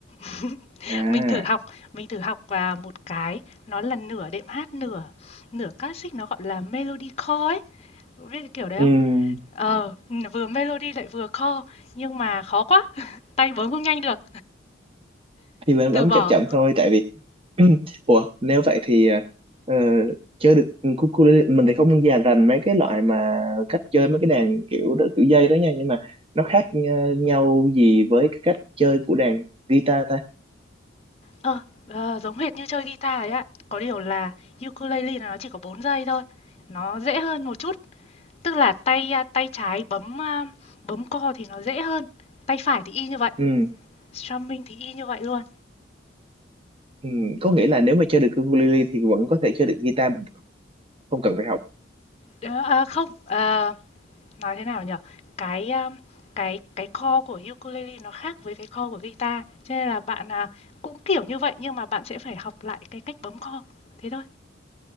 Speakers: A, on the left; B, on the right.
A: <laughs>
B: à
A: mình thử học mình thử học, à, một cái nó là nửa đệm hát, nửa nửa classic, nó gọi là Melodycore ấy, biết cái kiểu đấy
B: ừ
A: không? Ờ, vừa melody lại vừa core nhưng mà khó quá, <laughs> tay bấm không nhanh được,
B: nhưng mà em
A: từ
B: bấm
A: bỏ.
B: chậm chậm thôi tại vì <clears throat> ủa nếu vậy thì ờ, ờ, chơi được cucu mình thì không già rành mấy cái loại mà cách chơi mấy cái đàn kiểu đó, kiểu dây đó nha nhưng mà nó khác nh- nhau gì với cái cách chơi của đàn guitar ta
A: Ờ, ờ, giống hệt như chơi guitar ấy ạ, có điều là ukulele là nó chỉ có 4 giây thôi, nó dễ hơn một chút, tức là tay à, tay trái bấm à, bấm core thì nó dễ hơn, tay phải thì y như vậy,
B: ừ,
A: strumming thì y như vậy luôn.
B: ừ, có nghĩa là nếu mà chơi được ukulele thì vẫn có thể chơi được guitar bình thường, không cần phải học
A: Đớ- à, không, ờ, nói thế nào nhở cái um, cái cái chord của ukulele nó khác với cái chord của guitar cho nên là bạn à, cũng kiểu như vậy nhưng mà bạn sẽ phải học lại cái cách bấm chord thế thôi